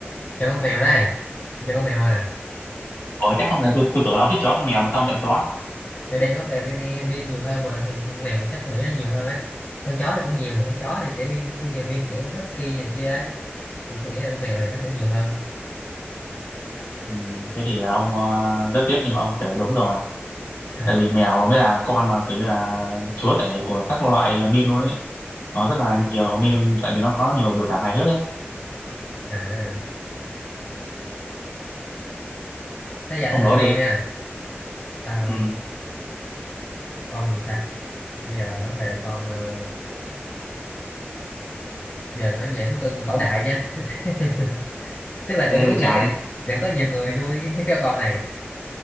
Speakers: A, on the left (about 35°); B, on the left (about 70°).
A: cho con mèo đây cho con mèo à
B: ủa chắc không là tôi, tôi tưởng là ông thích chó hơn mèo mà sao ông chọn chó
A: Nên đang nói về meme meme nhiều hơn mà thì con mèo chắc tôi nghĩ là nhiều hơn ấy con chó thì cũng nhiều mà con chó thì sẽ meme thiên về meme kiểu husky này kia ấy mà tôi nghĩ là con mèo thì nó sẽ nhiều hơn
B: Ừm, thế thì ờ, ông ờ, rất tiếc nhưng mà ông trả lời đúng rồi
A: <laughs>
B: tại vì mèo mới là con mà kiểu như là chúa tể của các loại meme luôn ấy nó rất là nhiều meme tại vì nó có nhiều biểu cảm hài hước ấy
A: à thế giờ
B: ông
A: tới lượt
B: đố đi
A: tôi nha à,
B: ừ,
A: con gì ta bây giờ nói về con ờ, bây giờ nói về thú cưng cổ đại nhá <laughs> tức là
B: ghê
A: cũng có
B: vậy
A: nghĩa
B: trái
A: có vẫn có nhiều người nuôi <laughs> cái, cái con này